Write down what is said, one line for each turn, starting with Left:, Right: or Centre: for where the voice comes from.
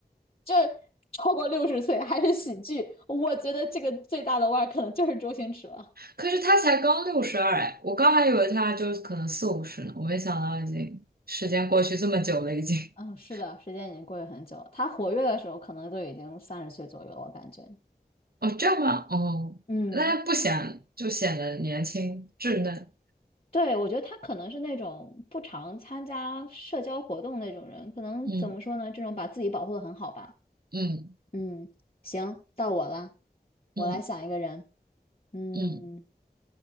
Left: 就是超过六十岁还是喜剧，我觉得这个最大的腕儿可能就是周星驰了。
Right: 可是他才刚六十二哎，我刚还以为他就可能四五十呢，我没想到已经时间过去这么久了，已经。<laughs>
Left: 嗯，是的，时间已经过去很久了。他活跃的时候，可能都已经三十岁左右了，我感觉。
Right: 哦，这样吗？哦，
Left: 嗯，
Right: 那不显就显得年轻稚嫩。
Left: 对，我觉得他可能是那种不常参加社交活动那种人，可能怎么说呢？
Right: 嗯
Left: 这种把自己保护的很好吧。
Right: 嗯
Left: 嗯，行，到我了，我来想一个人。
Right: 嗯
Left: 嗯，
Right: 嗯